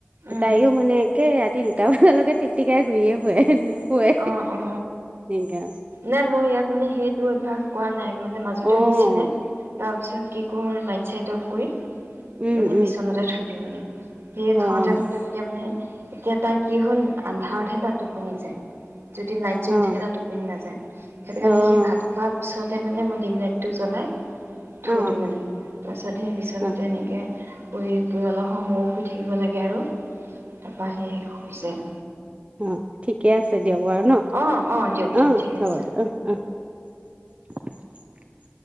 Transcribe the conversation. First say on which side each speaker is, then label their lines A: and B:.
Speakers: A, on the right; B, on the right.
A: উম
B: তাইও মানে একে তিনিটা বজালৈকে টিক-টিকাই ঘূৰিয়েই ফুৰে। ফুৱে,
A: অ অ অ
B: এংকা
A: নাই, মই ইয়াক মানে সেইটো অভ্যাস কোৱা নাই, মানে মাজতে
B: অ',
A: হৈছিলে, তাৰ তাৰপিছত কি কৰ লাইট-চাইট অফ কৰি?
B: উম,
A: মানে
B: উম,
A: বিচনাতে থৈ দিওঁ মানে। সেই
B: অ',
A: থওঁতে থওঁতে তেতিয়া মানে এতিয়া তাই কি হ'ল, আন্ধাৰতহে তাই টোপনি যায়। যদি লাইট জ্বলি
B: অ',
A: থাকে, তাই টোপনি নাযায়। সেইটো কাৰণে
B: অ'।
A: সি ভাত খোৱাৰ পিছতে মানে ম- দিম লাইটটো জ্বলাই-
B: অ',
A: থৈ দিওঁ
B: অ',
A: মানে। তাৰপিছত সেই বিচনাতে
B: উম,
A: এনেকে- কৰি এইবোৰ, অলপ সময় ময়ো শুই থাকিব লাগে আৰু। তাৰপৰা সি শুই যায়।
B: অহ। ঠিকে আছে দেওবাৰ‌ ন?
A: অঁ অঁ দিয়ক দিয়ক
B: অহ,
A: ঠিক
B: হ'ব
A: আছে
B: দিয়ক। অহ, অহ। <unintelligible>